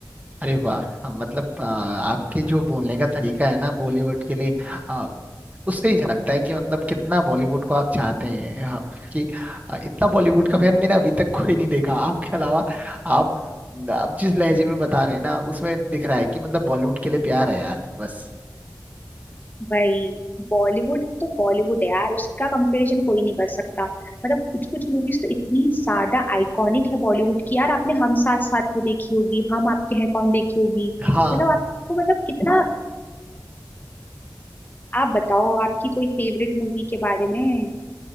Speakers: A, on the right; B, on the left.
A: अरे वाह अ, मतलब अ, आपके जो बोलने का तरीका है ना बॉलीवुड के लिए अ, उससे ही झलकता है कि मतलब कितना बॉलीवुड को आप चाहते हैं हाँ, कि अ, इतना बॉलीवुड का फैन मैंने अभी तक कोई नहीं देखा आपके अलावा आप आप जिस लहजे में बता रहे हैं ना उसमें दिख रहा है कि मतलब बॉलीवुड के लिए प्यार है यार बस
B: भाई बॉलीवुड तो बॉलीवुड है यार उसका कंपैरिजन कोई नहीं कर सकता मतलब कुछ कुछ मूवीज तो इतनी ज्यादा आइकॉनिक है बॉलीवुड की यार आपने हम साथ साथ है देखी होगी हम आपके हैं कौन देखी होगी
A: हाँ
B: मतलब आपको मतलब कितना आप बताओ आपकी कोई फेवरेट मूवी के बारे में